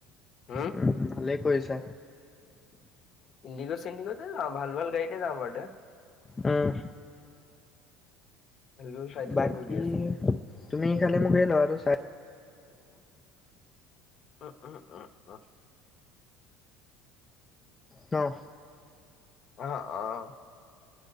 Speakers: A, on the left; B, on the left.
A: উ
B: উম, ভালেই কৰিছা
A: ইণ্ডিগ চণ্ডিগতে যাম। ভাল ভাল গাড়িতে যাম বাদ।
B: উম।
A: ভাল ভাল ফ্লাইটতে
B: বাকী
A: ঘূৰি আছো।
B: তুমি খালি মোক এই ল'ৰাটো চাই।
A: অ অ অ অ।
B: দহ
A: অহ অহ।